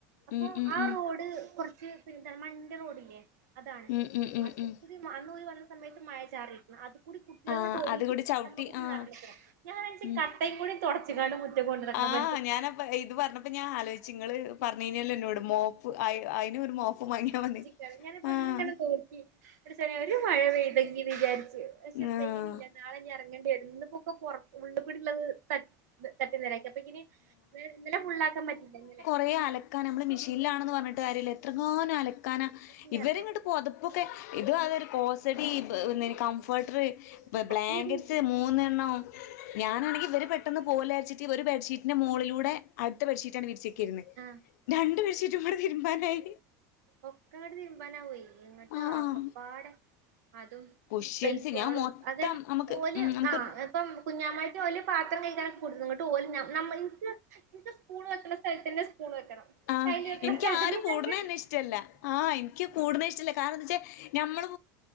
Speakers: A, on the right (about 85°); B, on the left (about 80°).
A: അപ്പൊ
B: ഉം ഉം
A: ആ
B: ഉം
A: റോഡ് കൊ റച്ച് പിന്നെ എന്ത മണിന്റെ റോഡില്ലേ അതാണ്
B: ഉം ഉം ഉം
A: അതൊക്കു
B: ഉം
A: വന്ന സമയത്ത് മഴ ചാറി അത് കൂടി കുട്ടികൾ
B: ആഹ്
A: അങ്ങോ് ഒഓടിയിട്ട്
B: അത് കൂടി
A: കട്ടക്കമകൂടിനടന്നിക്കൺ
B: ചവിട്ടി ആഹ്
A: ഞാനെച്ച
B: ഉം
A: കട്ടയും കൂടി തൊടച്ച കാണ്ട് മുറ്റക്കൊണ്ട് നടക്കണ
B: ആഹ്
A: മനസത്തിയാ
B: ഞാനപ്പ ഇത് പറഞ്ഞപ്പോ ഞാൻ ആലോചിച്ച് ങ്ങള് പറഞ്ഞിനിലോ എന്നോട് മോപ്പ് അയിന് ഒരു മോപ്പ് വാങ്ങിയ മതി
A: ചേർങ്ങനെ
B: ആഹ്
A: ഇന്നങ്ങനെ നോക്കി പടച്ചോനെ ഒരു മഴ പെയ്തെങ്കി വിചാരിച്ച പക്ഷെ
B: ആഹ്
A: പെയിനില്ല നാളെ ഇനി ഇറങ്ങേണ്ടി വരു ഇന്ന്പ്പോർ ഉള് കൂടി ഉള്ളത് ത തട്ടി നിരൊക്കെ അപെകിന് ഇന്നലെ ഫുള്ളാക്കാൻ പറ്റില്ല ഇന്നലെ
B: ഇത്ര അലക്കാൻ നമ്മള് മെഷീനിലാണെന്ന് പറഞ്ഞിട്ട് കാര്യല്ല്യ എത്രങ്ങോനം അലക്കാന
A: ണ്ട്
B: ഇവരും
A: അറിയോ
B: കിങ്ങട്ട് പൊതപ്പോക്കെ ഇത് അതൊരു കോസടി പി കംഫേർട്ടർ ബ്ലാങ്കറ്റ്സ്
A: ഒക്കെങ്ങട്ട്
B: മൂന്നെണ്ണോ ഞാനാണെങ്കിൽ ഇവര് പെട്ടെന്ന് പോലാച്ചിട്ട് ഷീറ്റിന്റെ മുകളിലൂടെ അടുത്ത പട്ഷീറ്റ ആണ് വിരിച്ചക്കയിരിന്നത്
A: ആഹ
B: രണ്ടു പേഷീട്ടും ബാടെ തിരുമ്പാനായി
A: ഒക്കെ അങ്ങട്ട് തിരുമ്പാനാവേ ഇങ്ങോട്ട്
B: ആഹ്
A: ആകപ്പാടെ അതും
B: കുഷ്യൻസ്
A: പ്ലേറ്റെളും
B: ഞാൻ മൊത്തം
A: അതെ
B: നമുക്ക്
A: ഓല
B: ഉം നമുക്ക്
A: ആഹ <unintelligible> ഇപ്പം കുഞ്ഞാമായിട്ട്ഓലിയ പാത്രം കഴിക്കാനൊക്കെ കൊടുത്ത ഇങ്ങോട്ട് ഓല <unintelligible> നിനിക്ക് സ്പൂണ് വെക്കണ സ്ഥലത്ത്ന്റെ സ്പൂണ് വെക്കണം
B: ആഹ
A: കയ്യില് വെക്ക്ണ
B: എനിക്ക്
A: സ്ഥലത്തന്നെ
B: ആര് കൂടേന്നെ
A: കയ്യില്
B: നിഷ ഇഷ്ടമല്ല ആഹ എനിക്ക് കൂടണ ഇഷ്ടല്ല കാരണം എന്താ വെച്ചാൽ നഞമ്മള്